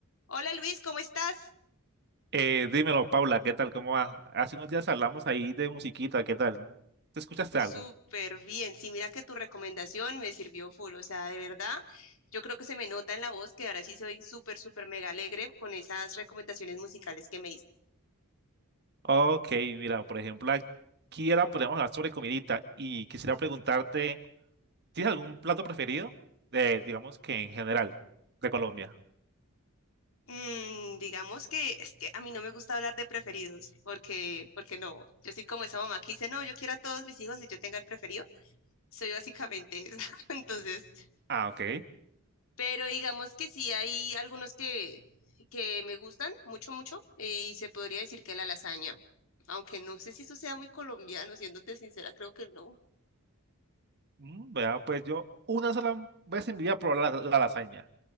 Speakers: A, on the left; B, on the right.
A: Hola Luis, ¿cómo estás?
B: Eh, dímelo, Paula, ¿qué tal? ¿Cómo va? Hace unos días hablamos ahí de musiquita, ¿qué tal? ¿Te escuchaste
A: Súper
B: algo?
A: bien. Sí, mira que tu recomendación me sirvió full. O sea, de verdad, yo creo que se me nota en la voz que ahora sí soy súper, súper mega alegre con esas recomendaciones musicales que me diste.
B: Ok, mira, por ejemplo, aquí ahora podemos hablar sobre comidita y quisiera preguntarte, ¿tienes algún plato preferido? Eh, digamos que en general, de Colombia.
A: Mm, digamos que es que a mí no me gusta hablar de preferidos, porque, porque no. Yo soy como esa mamá que dice, no, yo quiero a todos mis hijos y yo tenga el preferido. Soy básicamente esa. <laughs> Entonces,
B: Ah, ok.
A: Pero digamos que sí hay algunos que, que me gustan mucho, mucho, eh, y se podría decir que la lasaña, aunque no sé si eso sea muy colombiano, siéndote sincera, creo que no.
B: Mm, vea, pues yo una sola vez en mi vida probé la, la lasaña.